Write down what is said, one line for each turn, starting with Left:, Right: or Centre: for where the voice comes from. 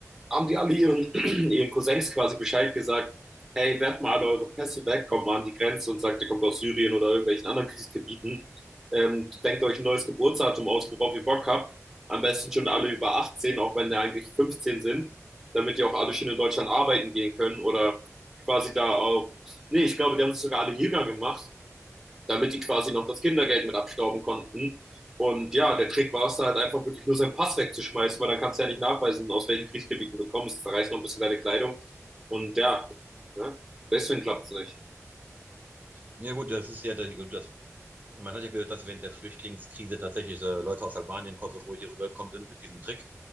Centre: haben die alle ihren, <clears throat> ihren Cousins quasi Bescheid gesagt, ey, werft mal alle eure Pässe weg, kommt mal an die Grenze und sagt, ihr kommt aus Syrien oder irgendwelchen anderen Kriegsgebieten. Ähm, denkt euch ein neues Geburtsdatum aus, worauf ihr Bock habt. Am besten schon alle über 18, auch wenn die eigentlich 15 sind, damit die auch alle schön in Deutschland arbeiten gehen können oder quasi da auf. Nee, ich glaube, die haben es sogar alle Jäger gemacht, damit die quasi noch das Kindergeld mit abstauben konnten. Und ja, der Trick war es da halt einfach wirklich nur seinen Pass wegzuschmeißen, weil dann kannst du ja nicht nachweisen, aus welchen Kriegsgebieten du kommst. Zerreißt noch ein bisschen deine Kleidung. Und ja, ja deswegen klappt es nicht.
Right: Ja gut, das ist ja, der- gut, das Man hat ja gehört, dass während der Flüchtlingskrise tatsächlich äh, Leute aus Albanien, Kosovo hier rübergekommen sind mit diesem Trick.